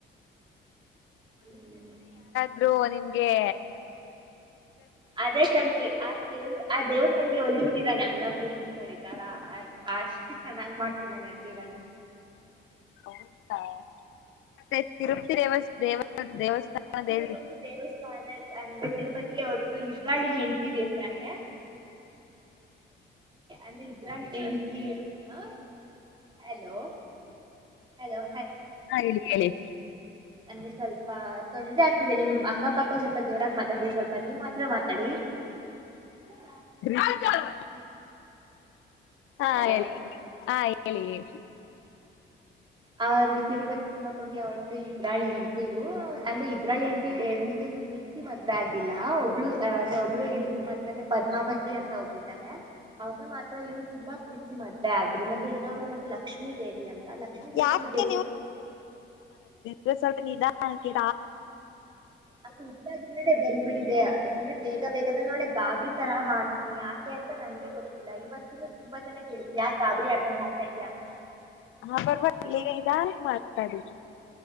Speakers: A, on the right; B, on the left.
A: ಹು <unintelligible>
B: ಇದು ನಿಮಗೆ
A: ಅದೇ ಕಣ್ರಿ ಆ ದೇವ್ರು ಆ ದೇವ್ರು ನನಗೆ ಓಲದ ಬಿಟ್ರೆ ಕೊಟ್ಟಿದ್ದಾನೆ ಅನ್ನಪೂರ್ಣೇಶ್ವರಿ ತರಾ ಅಷ್ಟು ಚೆನ್ನಾಗಿ ಮಾಡ್ತಾಯಿದ್ದಾನೆ ಅಡುಗೆಗಳನ್ನ
B: ಹೌದಾ <unintelligible> ದೇವಸ್ಥಾನದ
A: ತಿರುಪತಿ
B: ಹೇಳಿ
A: ದೇವಸ್ಥಾನ ಅಂದ್ರೆ ತಿರುಪತಿಗೆ ಹೊರಟುಹೋಗಿದ್ದಾರೆ ಅಲ್ಲಿ ಹೆಂಡತಿಯರೂ ಇರುತ್ತಾರೆ ಅಲ್ಲಿ ಇಬ್ರೂ ಹೆಂಡತಿಯರನ್ ಹಲೋ ಹಲೋ
B: ಆ ಹೇಳಿ ಹೇಳಿ.
A: ನಂಗೆ ಸ್ವಲ್ಪ ತೊಂದ್ರೆ ಆಗ್ತಿದೆ ನಿಮ್ ಅಕ್ಕ ಪಕ್ಕ ಸ್ವಲ್ಪ ಜೋರಾಗಿ ಮಾತಾಡುತ್ತಿದ್ದಾರೆ ಸ್ವಲ್ಪ ನೀವ್ ಮಾತಾಡಿ. ಶಬ್ದ.
B: ಆ ಜಾನ್. ಆ
A: ಹಲೋ
B: ಹೇಳಿ ಆ ಹೇಳಿ ಹೇಳಿ.
A: ಆ ತಿರುಪತಿ ತಿಮ್ಮಪ್ಪನಿಗೆ ಇಬ್ರೂ ಹೆಣ್ತಿರು ಅದೇ. ಎರಡು ಹೆಂಡ್ತಿನು ಪ್ರೀತಿ ಮದ್ವೆ ಆಗಿಲ್ಲ ಒಬ್ಬಳು ಅಂದ್ರೆ ಒಬ್ರು ಹೆಂಡ್ತಿ ಮಾತ್ರ ಪದ್ಮಾವತಿ ಅಂತ ಒಬ್ರು ಇದಾರೆ ಅವ್ರುನ ಮಾತ್ರ ಇವ್ರು. ಪ್ರೀತಿಸಿ ಮದ್ವೆ ಆದ್ರೂ ಮತ್ತೆ ಇನ್ನೊಬ್ಬರು ಮತ್ತೆ ಲಕ್ಷ್ಮಿ ದೇವಿ ಅಂತ ಲಕ್ಷ್ಮಿ ದೇವಿ
B: ಯಾಕೆ ಅಂದ್ರೆ ಸ್ವಲ್ಪ ನಿದಾನಕ್ಕೆ.
A: ನಂದು ಊಟ ಆದ್ಮೇಲೆ ಬಂದ್ಬಿಟ್ಟಿದೆ ಅಂದ್ರೇ ಬೇಗ ಬೇಗನೆ ಒಳ್ಳೇ ಗಾಬರಿ. <unintelligible> ಯಾಕೆ ಅಂತ ನನಗೆ ಗೊತ್ತಿಲ್ಲ. ದೈವತ್ತಿನ ತುಂಬಾ ಜನ ಕೇಳಿದ್ರು ಯಾಕ್ ಗಾಬರಿ ಆದ್ದಂಗೆ ಆಡ್ತಾ ಇದೀಯ ಅಂತ.
B: ಹಾ ಪರವಾಗಿಲ್ಲ ಈಗ ನಿಧಾನಕ್ಕೆ ಮಾತಾಡಿ